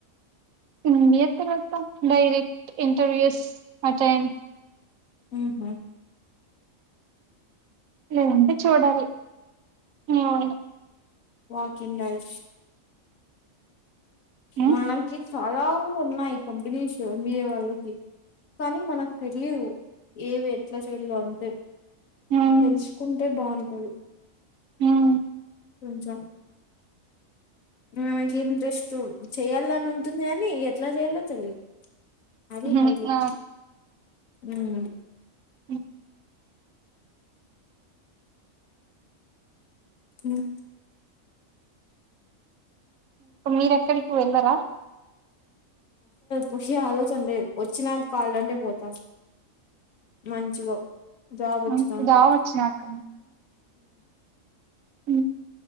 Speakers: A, on the right; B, on the left.
A: ఏంబిఎ తర్వాత డైరెక్ట్ ఇంటర్వ్యూస్ అటెండ్
B: హ్మ్ హు
A: లేదంటే చూడాలి ఏవైనా
B: వాక్ ఇన్ డైల్స్
A: హ్మ్
B: మనకి చాలా ఉన్నాయి. కంపెనీషు మీ వాళ్లకి పని మనక్ పెట్ లీవు ఏవి ఎట్లా చేయలో అంతే
A: హ్మ్
B: తెలుస్కుంటే బాగున్ <unintelligible>
A: హ్మ్
B: కొంచెం మ్మ్ గింతే స్టూల్ చెయ్యాల్గాని ఉంటుంది గానీ ఎట్లా చేయాలో తెలిదు అది
A: హ్మ్
B: హైలెట్
A: ఆ
B: మ్మ్
A: అ
B: మ్మ్
A: మీరెక్కడికి వెళ్ళరా
B: ఖుషీ ఆలోచన లేదు వచ్చినా కాాలంటే పోతాం మంచిగా జాబ్
A: హ్మ్.
B: వచ్చిదాకా
A: జాబ్ వచ్చినాక హ్మ్ హ్మ్.